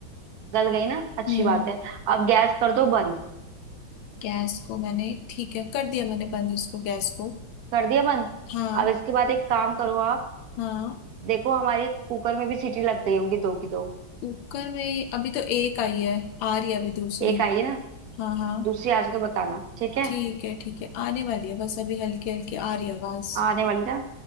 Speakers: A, on the right (about 55°); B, on the left (about 75°).
A: गल गई ना अच्छी
B: हम्म
A: बात है अब गैस कर दो बंद
B: गैस को मैंने ठीक है कर दिया मैंने बंद इसको गैस को
A: कर दिया बंद
B: हाँ
A: अब इसके बाद एक काम करो आप
B: हाँ
A: देखो हमारी कुकर में भी सीटी लग गई होंगी दो की दो
B: कुकर में अभी तो एक आई है आ रही है अभी दूसरी
A: एक आई है ना
B: हाँ हाँ
A: दूसरी आज तो बताना ठीक है
B: ठीक है ठीक है आने वाली है बस अभी हल्की हल्की आ रही है आवाज
A: आने वाली ना